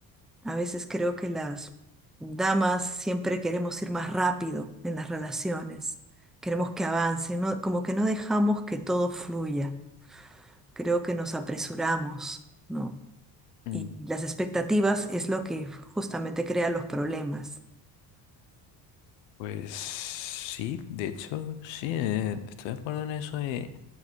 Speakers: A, in the centre; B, on the left.
A: A veces creo que las damas siempre queremos ir más rápido en las relaciones, queremos que avancen, ¿no? Como que no dejamos que todo fluya, creo que nos apresuramos, ¿no?
B: Mm,
A: Y las expectativas es lo que justamente crea los problemas.
B: Pues sí, de hecho, sí, eh, estoy de acuerdo en eso, eh,